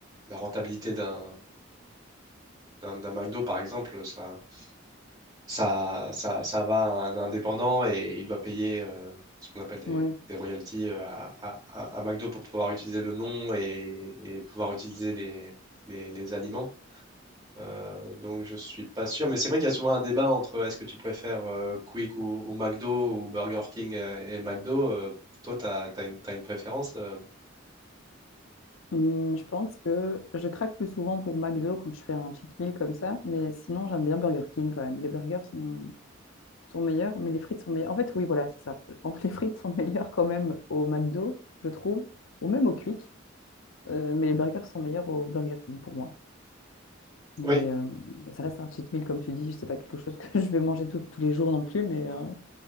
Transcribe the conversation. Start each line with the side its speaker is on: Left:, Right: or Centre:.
Right: la rentabilité d'un d'un d'un McDo, par exemple, ça, ça, ça, ça va à un indépendant et il doit payer euh, ce qu'on appelle des,
Left: ouais.
Right: des royalties euh, à, à- à McDo pour pouvoir utiliser le nom et, et pouvoir utiliser les, les, les aliments. Euh, donc je suis pas sûr, mais c'est vrai qu'il y a souvent un débat entre est-ce que tu préfères euh, Quick ou, ou McDo ou Burger King euh, et McDo. Euh, toi, tu as, une, t'as une préférence euh
Left: Hum, je pense que je craque plus souvent pour McDo quand je fais un cheat meal comme ça, mais sinon j'aime bien Burger King quand même. Les burgers sont, sont meilleurs, mais les frites sont meilleures. En fait, oui, voilà, c'est ça. En fait, <laughs> Les frites sont meilleures quand même au McDo, je trouve, ou même au Quick, euh, mais les burgers sont meilleurs au Burger King pour moi. Mais
Right: Oui.
Left: euh, ça reste un cheat meal, comme tu dis, je sais pas quelque chose que <laughs> je vais manger tout- tous les jours non plus, mais euh,